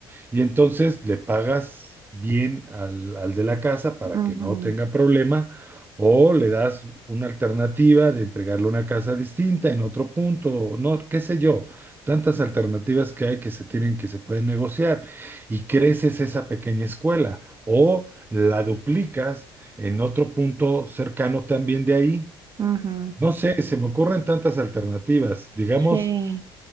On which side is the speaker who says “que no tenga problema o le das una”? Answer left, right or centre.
Right